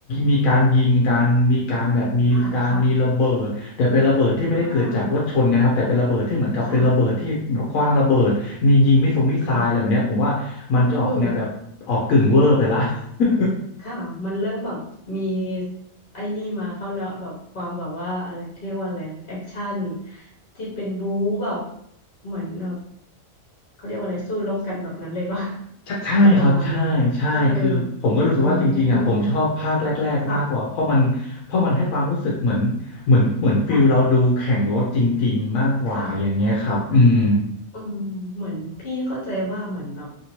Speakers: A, on the left (about 85°); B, on the left (about 45°).
A: มีการยิงกันมีการแบบมีการมีระเบิดแต่เป็นระเบิดที่ไม่ได้เกิดจากรถชนกันนะครับแต่เป็นระเบิดที่เหมือนกับเป็นระเบิดที่แบบขว้างระเบิด
B: ค่ะ ค่ะอ่าค่ะ
A: มียิงมิสซงมิสไซล์อะไรแบบเนี้ยผมว่ามันจะออกแนวแบบออกกึ่งเวอร์ไปละ
B: ค่ะอืม
A: <laughs>
B: ค่ะ มันเริ่มแบบมีไอ้นี่มาเข้าแล้วแบบความแบบว่าอะไรเรียกว่าอะไรแอคชั่นที่เป็นบู๊แบบเหมือนแบบเขาเรียกว่าอะไรสู้รบกันแบบนั้นเลยป่ะ <laughs>
A: ใช่ใช่ครับใช่ใช่คือผมก็รู้สึกว่าจริงๆอ่ะผมชอบภาคแรกๆมากกว่าเพราะมันเพราะมันให้ความรู้สึกเหมือนเหมือนเหมือนฟิลเราดูแข่งรถจริงๆมากกว่าอย่างเงี้ยครับอืม
B: แบบประมาณนั้นเลยเอออ๋อ ค่ะ ค่ะค่ะ เออเหมือนพี่เข้าใจว่าเหมือนแบบ